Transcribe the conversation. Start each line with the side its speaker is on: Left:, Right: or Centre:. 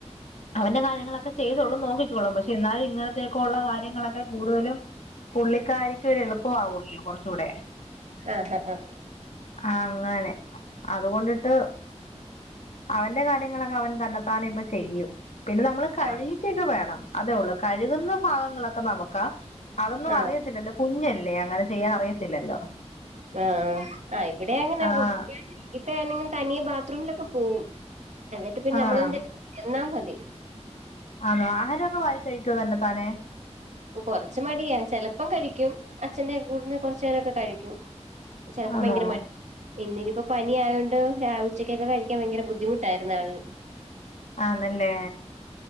Left: അവന്റെ കാര്യങ്ങളൊക്കെ ചെയ്തോളും നോക്കിക്കോളും പക്ഷെ എന്നാലും ഇങ്ങനത്തേക്കുള്ളള്ള കാര്യങ്ങളൊക്കെ കൂടുതലും പുള്ളിക്കാരിക്ക് ഒരു എളുപ്പമാവുമല്ലോ കുറച്ച കൂടെ
Right: ആഹ ഹഹ ഹഹ
Left: ആ അങ്ങനെ അതുകൊണ്ടിട്ട് അവൻന്റെ കാര്യങ്ങളൊക്കെ അവൻ തന്നെത്താനെ ഇപ്പ ചെയ്യും പിന്നെ നമ്മള് കഴുകിക്കൊക്കെ
Right: ആഹ്
Left: വേണം അതേ ഉള്ളൂ കഴുകുന്ന ഭാഗങ്ങളൊക്കെ നമുക്ക്ാ അതൊന്നും
Right: ആഹ്
Left: അറിയത്തില്ലല്ലോ കുഞ്ഞല്ലേ അങ്ങനെ ചെയ്യാൻ അറിയത്തില്ലല്ലോ
Right: ആഹ ആ് ഇവിടെ അങ്ങനെ
Left: ആഹ്
Right: ഇപ്പെങ്ങും തനിയെ ബാത്റൂമിലൊക്കെ പോകവും എന്നിട്ട് പിന്നെ
Left: ആഹ്
Right: നമ്മളൊാ മതി
Left: ആണോ ആഹാരമൊക്കെ വാാല കഴിക്കുവ തന്നെ താനെ
Right: കൊറച്ച മടിയാ ചെിലപ്പം കഴിക്കും അച്ഛന്റെ കൂടെന്ന് കൊറച്ചു പേരൊക്കെ കഴിക്കും ചെിലപ്പോ
Left: ആണോ
Right: ഭയങ്കര മ ഇന്നിനിപ്പോൊ പനി ആയോണ്ട് ര ഉച്ചക്കൊക്കെ കഴിക്കാൻ ഭയങ്കര ബുദ്ധിമുട്ടായിരുന്നു ആള്
Left: ആതല്ലേ